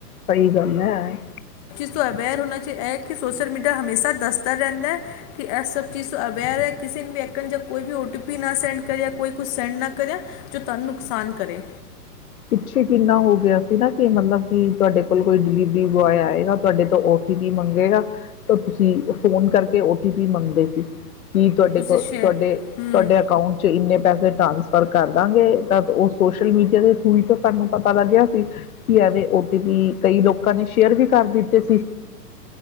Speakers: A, on the left; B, on the left.
A: ਸਹੀ ਗੱਲ ਹੈ।
B: ਇਸ ਤੋਂ ਅਵੇਅਰ ਹੋਣਾ ਚਾਹੀ ਇਹ ਕਿ ਸੋਸਲ ਮੀਡੀਆ ਹਮੇਸਾ ਦੱਸਦਾ ਰਹਿੰਦਾ ਹੈ, ਕਿ ਇਸ ਸਭ ਚੀਜ਼ ਤੋਂ ਅਵੇਅਰ ਹੈ ਕਿਸੇ ਨੇ ਵੀ ਐਕਣ ਜਾਂ ਕੋਈ ਵੀ ਓ ਟੀ ਪੀ ਨਾ ਸੈਂਡ ਕਰਿਆ ਕੋਈ ਕੁਛ ਸੈਂਡ ਨਾ ਕਰੇ ਜੋ ਤੁਹਾਨੂੰ ਨੁਕਸਾਨ ਕਰੇ।
A: ਪਿੱਛੇ ਕਿੰਨਾ ਹੋ ਗਿਆ ਸੀ ਨਾ ਕਿ ਮਤਲਬ ਕਿ ਤੁਹਾਡੇ ਕੋਲ ਕੋਈ ਡਿਲੀਵਰੀ ਬੁਆਏ ਆਏਗਾ ਤੁਹਾਡੇ ਤੋਂ ਓਟੀ ਪੀ ਮੰਗੇਗਾ, ਤਾਂ ਤੁਸੀਂ ਫੋਨ ਕਰਕੇ ਔ ਟੀ ਪੀ ਮੰਗਦੇ ਸੀ। ਕੀ ਤੁਹਾਡੇ
B: ਤੁਸੀਂ
A: ਕੋਲ
B: ਸ਼ੇਅਰ
A: ਤੁਹਾਡੇ,
B: ਹੂੰ
A: ਤੁਹਾਡੇ ਅਕਾਊਂਟ 'ਚ ਇੰਨੇ ਪੈਸੇ ਟਰਾਂਸ ਫਰ ਕਰਦਾਂਗੇ ਤਾਂ ਉਹ ਸੋਸ਼ਲ ਮੀਡੀਆ ਤੇ ਥਰੂ ਤੋਂ ਸਾਨੂੰ ਪਤਾ ਲੱਗਿਆ ਸੀ, ਕਿ ਐਵੇ ਔ ਟੀ ਪੀ ਕਈ ਲੋਕਾਂ ਨੇ ਸ਼ੇਅਰ ਵੀ ਕਰ ਦਿੱਤੇ ਸੀ।